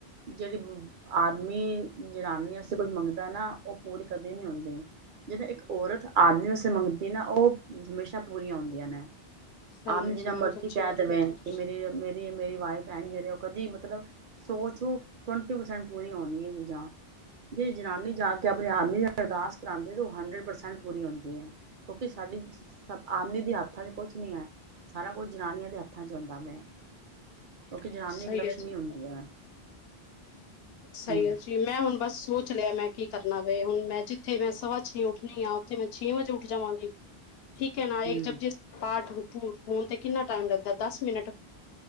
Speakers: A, on the right; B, on the left.
A: ਜਿਹੜੀ। ਆਦਮੀ ਜਨਾਨੀ ਤੇ ਕੁਝ ਮੰਗਦਾ ਨਾ ਉਹ ਪੂਰੀ ਕਦੇ ਨੀ ਹੁੰਦੀ। ਜਿੱਦਾਂ ਇੱਕ ਔਰਤ ਆਦਮੀ ਵਾਸਤੇ ਮੰਗਦੀ ਨਾ ਉਹ ਹਮੇਸ਼ਾ ਪੂਰੀਆਂ ਹੁੰਦੀਆਂ ਨੇ।
B: ਸਹੀ
A: ਆਮ
B: ਹੈ ਜੀ
A: ਜਿੰਨਾ
B: ਬਹੁਤ
A: ਮਰਜ਼ੀ
B: ਅੱਛੀ
A: ਕਹਿ
B: ਗੱਲ
A: ਦੇਵੇ
B: ਕੀਤੀ ਤੁਸੀਂ
A: ਕਿ ਮੇਰੀ ਮੇਰੀ ਮੇਰੀ ਵਾਈਫ ਹੈ ਜਿਹੜੇ ਉਹ ਕਦੀ ਮਤਲਬ। ਸੋ ਚੋ ਟਵੰਟੀ ਪਰਸੈਂਟ ਪੂਰੀ ਹੋਣੀ ਹੈ ਚੀਜ਼ਾਂ। ਜੇ ਜਨਾਨੀ ਜਾ ਕੇ ਆਪਣੇ ਆਦਮੀ ਲਈ ਅਰਦਾਸ ਕਰਾਉਂਦੀ ਹੈ ਤਾਂ ਉਹ ਹੰਡਰਡ ਪਰਸੈਂਟ ਪੂਰੀ ਹੁੰਦੀ ਹੈ। ਕਿਉਂਕਿ ਸਾਡੀ ਸ ਆਦਮੀ ਦੇ ਹੱਥਾਂ ਚ ਕੁਛ ਨੀ ਹੈ। ਸਾਰਾ ਕੁਝ ਜਨਾਨੀਆਂ ਦੇ ਹੱਥਾਂ 'ਚ ਹੁੰਦਾ ਮੈਂ। ਕਿਉਂਕਿ ਜਨਾਨੀ ਇੱਕ
B: ਸਹੀ
A: ਲਕਸ਼ਮੀ
B: ਹੈ ਜੀ
A: ਹੁੰਦੀ ਹੈ।
B: ਸਹੀ
A: ਹੂੰ
B: ਅ ਜ। ਮੈਂ ਹੁਣ ਬਸ ਸੋਚ ਲਿਆ ਮੈਂ ਕੀ ਕਰਨਾ ਵਏ ਹੁਣ ਮੈਂ ਜਿੱਥੇ ਮੈਂ ਸਵਾ ਛੇ ਉੱਠਣੀ ਆਂ ਉੱਥੇ ਮੈਂ ਛੇ ਵਜੇ ਉੱਠ ਜਾਵਾਂਗੀ।
A: <inaudible>
B: ਠੀਕ ਹੈ ਨਾ,
A: ਹੂੰ
B: ਜ ਜੇ ਪਾਠ ਹੋਣ ਤੇ ਕਿੰਨਾ ਟਾਈਮ ਲੱਗਦਾ ਦਸ ਮਿੰਟ,